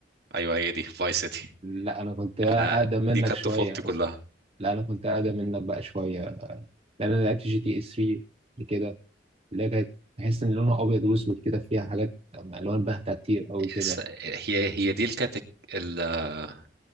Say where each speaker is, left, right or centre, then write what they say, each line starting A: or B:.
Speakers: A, on the right (about 60°); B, on the right (about 35°).
A: ايوه هي دي فايس سيتي
B: لا انا كنت اقدم
A: انا
B: منك
A: دي كانت
B: شويه
A: طفولتي كلها
B: اصلا لا انا كنت اقدم منك بقى شويه لان انا لعبت جي تي اي 3 قبل كده اللي هي كانت تحس ان لونها ابيض واسود كده فيها حاجات الوان باهته كتير قوي كده
A: س- هي هي دي اللي كانت ال- آه،